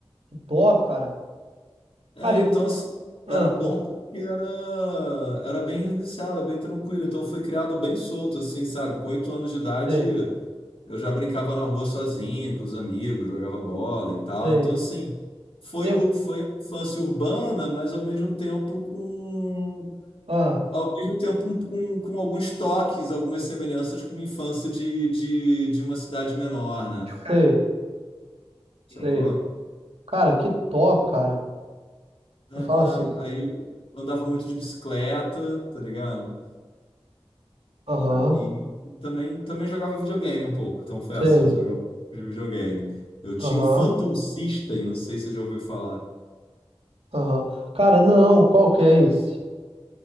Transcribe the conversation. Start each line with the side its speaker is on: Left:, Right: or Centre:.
Right: que top, cara.
Left: É,
Right: Cara, eu.
Left: então assim,
Right: Ah,
Left: era bom
Right: pô,
Left: porque era, era bem residencial, era bem tranquilo. Então foi criado bem solto, assim, sabe? Com oito anos de idade,
Right: sei,
Left: eu já brincava na rua sozinho, com os amigos, jogava bola e tal.
Right: sei.
Left: Então, assim, foi,
Right: Teve.
Left: o, foi a infância urbana, mas ao mesmo tempo com.
Right: Ah,
Left: Ao mesmo tempo com, com alguns toques, algumas semelhanças com uma infância de, de, de uma cidade menor, né?
Right: sei,
Left: Sacou?
Right: sei. Cara, que top, cara. Eu falo
Left: É,
Right: assim.
Left: aí eu andava muito de bicicleta, tá ligado?
Right: Aham,
Left: E também, também jogava videogame um pouco, confesso,
Right: sei.
Left: eu jogava de videogame. Eu tinha
Right: Aham,
Left: o Phantom System, não sei se você já ouviu falar.
Right: aham. Cara, não, qual que é esse?